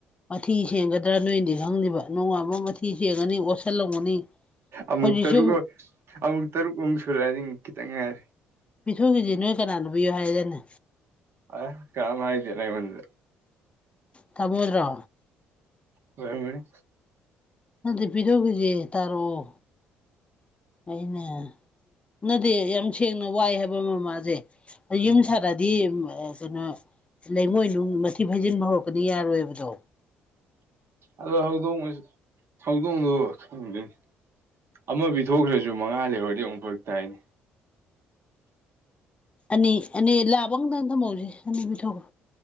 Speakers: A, on the left (about 25°); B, on the right (about 55°).
A: ꯃꯊꯤ ꯁꯦꯡꯒꯗ꯭ꯔꯥ ꯅꯣꯏꯅꯗꯤ ꯈꯪꯗꯦꯕ ꯅꯣꯡꯉꯥꯟꯕ ꯃꯊꯤ ꯊꯤ ꯁꯦꯡꯉꯅꯤ ꯑꯣꯠꯁꯤꯜꯂꯝꯒꯅꯤ
B: ꯑꯃꯨꯛ
A: ꯍꯧꯖꯤꯛꯁꯨ
B: ꯇꯔꯨꯛ ꯑꯃꯨꯛ ꯇꯔꯨꯛꯃꯨꯛ ꯁꯨꯔꯛꯑꯗꯤ ꯈꯤꯇꯪ ꯉꯥꯏꯔꯦ
A: ꯄꯤꯊꯣꯛꯈꯤꯁꯤ ꯅꯣꯏ ꯀꯅꯥꯅꯨꯕꯤꯌꯣ ꯍꯥꯏꯔꯗꯅꯦ
B: ꯑ ꯀꯝ ꯍꯥꯏꯥꯏꯗꯦ ꯅꯪ ꯃꯗ
A: ꯇꯕꯣꯗ꯭ꯔꯣ
B: ꯍꯅꯤ
A: ꯅꯪꯗꯤ ꯄꯤꯗꯧꯈꯤꯁꯦ ꯇꯥꯔꯛꯑꯣ ꯑꯩꯅ ꯅꯗꯤꯦ ꯌꯥꯝ ꯁꯦꯡꯅ ꯋꯥꯏ ꯍꯥꯏꯕ ꯃꯃꯥꯁꯦ ꯌꯨꯝ ꯁꯥꯔꯑꯗꯤ ꯀꯩꯅꯣ ꯂꯩꯉꯣꯏ ꯅꯨꯡ ꯃꯊꯤ ꯐꯩꯖꯤꯟꯕ ꯍꯧꯔꯛꯄꯗꯤ ꯌꯥꯔꯣꯏꯕꯗꯣ
B: ꯑꯗꯣ ꯍꯧꯗꯣꯡ ꯍꯧꯗꯣꯡꯗ ꯈꯪꯗ ꯑꯃ ꯄꯤ ꯊꯣꯛꯈ꯭ꯔꯁꯨ ꯃꯉꯥ ꯂꯩꯍꯧꯔꯗꯤ ꯑꯃꯨꯛꯐ ꯇꯥꯏꯅꯦ
A: ꯑꯅꯤ ꯑꯅꯤ ꯂꯥꯕ ꯑꯨꯛꯇꯪ ꯊꯝꯍꯧꯁꯦ ꯑꯅꯤ ꯄꯤꯊꯣꯛꯄ